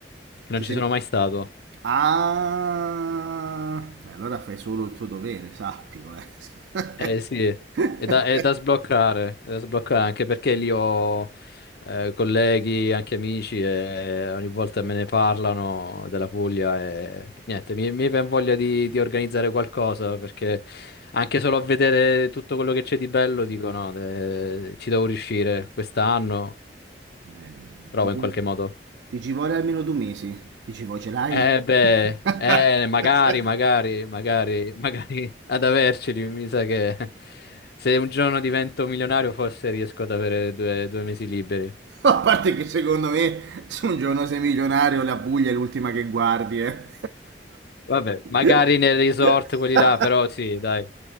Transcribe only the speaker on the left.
che
non ci
sono mai stato.
Eh sì, è da, è da sbloccare, è da sbloccare anche perché lì ho eh, colleghi, anche amici e ogni volta me ne parlano della Puglia e niente, mi, mi viene voglia di, di organizzare qualcosa perché anche solo a vedere tutto quello che c'è di bello dico no, de- ci devo riuscire quest'anno,
provo
in qualche
modo.
Eh beh,
eh, magari, magari, magari, magari <laughs> ad averceli, mi sa che <laughs> se un giorno divento milionario forse riesco ad avere due, due mesi liberi.
Vabbè, magari
nel resort quelli là, però sì, dai,